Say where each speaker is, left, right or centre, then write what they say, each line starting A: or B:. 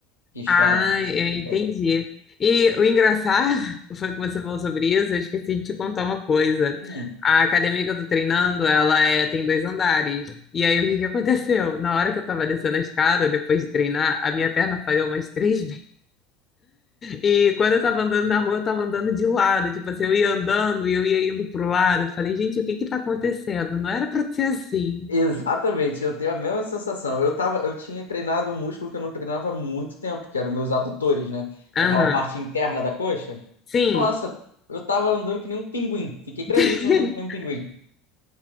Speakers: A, on the left; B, on the left.
A: que chamam
B: Ah,
A: esse
B: eu
A: tipo
B: entendi.
A: de treino.
B: E o engraçado <laughs> foi que você falou sobre isso, eu esqueci de te contar uma coisa.
A: Hum,
B: A academia que eu tô treinando, ela é, tem dois andares. E aí, o que que aconteceu? Na hora que eu tava descendo a escada, depois de treinar, a minha perna falhou umas três E quando eu tava andando na rua, eu tava andando de lado, tipo assim, eu ia andando e eu ia indo pro lado. Eu falei, gente, o que que tá acontecendo? Não era pra ser assim.
A: exatamente, eu tenho a mesma sensação. Eu tava, eu tinha treinado um músculo que eu não treinava há muito tempo, que eram meus adutores, né?
B: Aham.
A: Aquela parte interna da coxa.
B: Sim.
A: Nossa, eu tava andando que nem um pinguim. Fiquei três
B: <laughs>
A: dias andando que nem um pinguim.